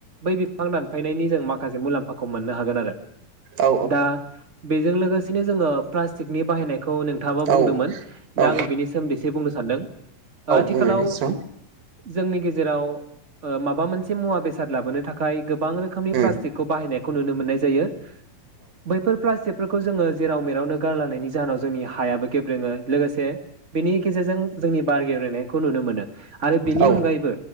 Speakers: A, on the right; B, on the right.
A: बै बिफां दानफायनायनि जों माखासे मुलाम्फा खौ मोननो हागोन आरो
B: औ
A: दा बेजों लोगोसेनो जोङो प्लास्टिकनि बाहायनायखौ नोंथाङाबा बुंदोंमोन
B: औ
A: दा
B: औ
A: आङो बेनि सोमोन्दैसे बुंनो सानदों। आथिखालाव
B: बुंनायलाय स्रां
A: जोंनि गेजेराव ओ माबा मोनसे मुवा बेसाद लाबोनो थाखाय गोबां रोखोमनि
B: उम
A: प्लास्टिकखौ बाहायनाय नुनो मोननाय जायो बैफोर प्लास्टिकफोरखौ जोङो जेराव मेरावनो गारलनायनि जाहोनाव जोंनि हायाबो गेब्रेङो लोगोसे बेनि गेजेरजों जोंनि बार गेब्रेनायखौ नुनो मोनो आरो बेनि
B: औ
A: अनगायैबो